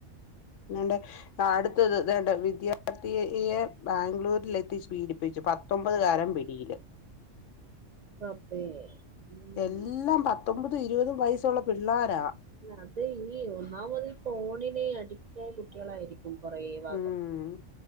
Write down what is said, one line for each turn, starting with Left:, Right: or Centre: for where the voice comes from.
Left: ണ്ട <unintelligible> അടുത്തത് ദാണ്ട വിദ്യാർത്ഥിയെ ബാംഗ്ലൂരിൽ എത്തിച്ച് പീഡിപ്പിച്ചു പത്തൊമ്പത് കാരൻ പിടിയില്
Right: റബ്ബേ ഉം
Left: എല്ലാം പത്തൊമ്പതും ഇരുപതും വയസ്സുള്ള- പിള്ളാരാ
Right: അതെ ഈ ഒന്നാമതിഫോണിനെ അടി- അടിറ്റായ കുട്ടികളായിരിക്കും കൊറേ ഭാഗം
Left: ഉം